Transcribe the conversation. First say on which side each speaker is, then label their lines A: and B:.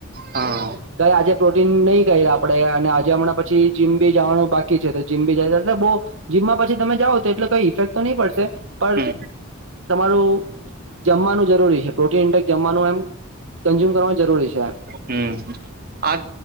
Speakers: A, on the right (about 45°); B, on the right (about 65°).
A: હા.
B: કઈ આજે પ્રોટીન નહીં કર આપણેે અને આજે હમણાં પછી જીમ બી જવાનું બાકી છે તો જીમબી જાય એટલે બો જીમમાં પછી તમે જાઓ તો એટલે કઈ ઇફેક્ટ તો નહીં પડશે પણ
A: હમ
B: તમારું જમવાનું જરૂરી છે પ્રોટીન ઇન્ટેક જમવાનું એમ કન્ઝ્યુમ કરવાનું જરૂરી છે એમ.
A: હમ્મ આ